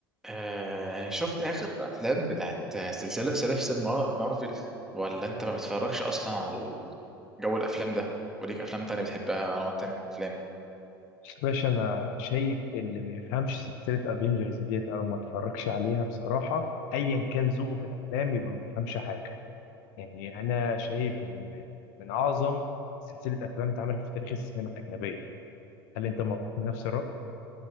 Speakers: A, in the centre; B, on the left.
A: آه شفت آخر أفلام بتاعت سلسلة سلاسل مار- مارفل ولا أنت ما بتتفرجش أصلا على جو الأفلام ده وليك أفلام تانية بتحبها أنواع تانية من الأفلام
B: بس باشا انا شايف اللي ما يفهمش سلسله افنجرز ديت او ما اتفرجش عليها بصراحه ايا كان ذوقه في الافلام يبقى ما بيفهمش حاجه يعني انا شايف ان من اعظم سلسله افلام اتعملت في تاريخ السينما الاجنبيه هل انت موافق نفس الراي